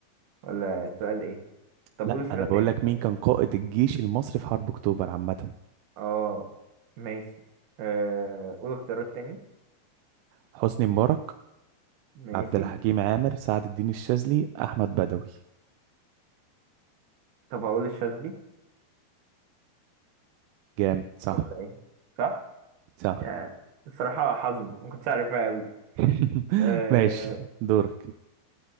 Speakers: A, on the right (about 65°); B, on the right (about 85°).
A: ولا السؤال ايه طب
B: لا
A: قول سؤال
B: أنا بقول
A: تاني
B: لك
A: طيب
B: مين كان قائد الجيش المصري في حرب أكتوبر عامة
A: اه ماشي آه، قول اختيارات تاني
B: حسني مبارك
A: ماشي
B: عبد الحكيم عامر سعد الدين الشاذلي احمد بدوي
A: طب هقول الشاذلي
B: جامد صح
A: ولا ايه صح
B: صح
A: يعني الصراحة حظ ما كنتش عارفها قوي
B: <laughs>
A: أه
B: ماشي دورك